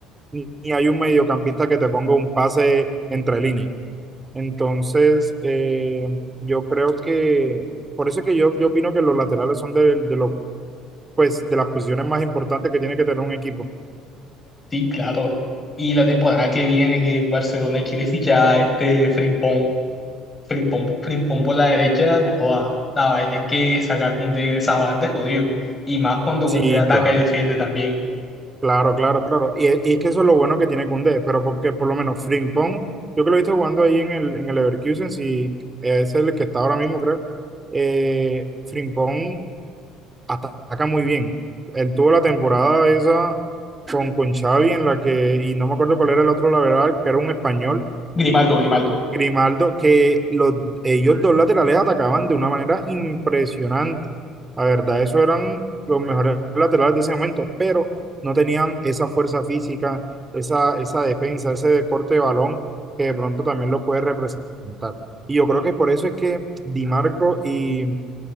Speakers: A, on the right (about 20°); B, on the left (about 25°).
A: ni ni hay un mediocampista que te ponga un pase entre líneas. Entonces, eh, yo creo que, por eso es que yo, yo opino que los laterales son de, de los, pues, de las posiciones más importantes que tiene que tener un equipo.
B: Sí, claro. Y la temporada que viene que el Barcelona quiere fichar a este Frimpong, Frimpong, Frimpong por la derecha, no joda. La vaina es que sacar a Koundé de esa banda es jodido. Y más cuando
A: Sí,
B: Koundé ataca
A: claro.
B: y defiende también.
A: Claro, claro, claro. Y, e- y es que eso es lo bueno que tiene Koundé, pero porque por lo menos Frimpong, yo que lo he visto jugando ahí en el, en el Leverkusen, si es el que está ahora mismo, creo, eh, Frimpong ataca muy bien. Él tuvo la temporada esa con, con Xavi en la que, y no me acuerdo cuál era el otro, la verdad, que era un español
B: Grimaldo, Grimaldo.
A: Grimaldo, que los, ellos dos laterales atacaban de una manera impresionante. La verdad, esos eran los mejores laterales de ese momento, pero no tenían esa fuerza física, esa, esa defensa, ese deporte de balón que de pronto también lo puede representar. Y yo creo que por eso es que Di Marco y